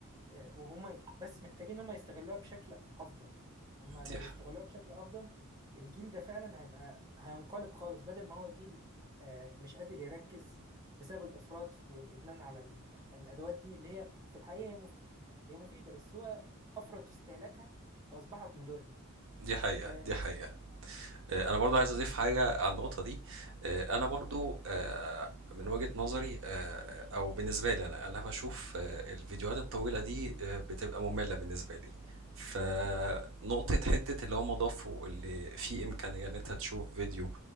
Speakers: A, on the right (about 20°); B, on the right (about 65°).
A: آه، وهم ي- بس محتاجين ان هم يستغلوها بشكل افضل هم لو
B: دي ح-
A: استغلوها بشكل افضل الجيل ده فعلا هيبقى هينقلب خالص بدل ما هو جيل آه، مش قادر يركز بسبب الافراط والادمان على ال- الادوات دي اللي هي في الحقيقه هي مف... هي مفيده بس هو افرط في استهلاكها فاصبحت مضره
B: دي حقيقة
A: اه
B: دي
A: يس.
B: حقيقة
A: آه،
B: آه، انا برضو عايز اضيف حاجه على النقطه دي آه، انا برضو آه،
A: اتفضل.
B: من وجهه نظري آه، او بالنسبه لي انا انا بشوف آه، الفيديوهات الطويله دي آه، بتبقى ممله بالنسبه لي فنقطة
A: اه
B: حتة اللي هم ضافوا اللي في إمكانية إن أنت تشوف فيديو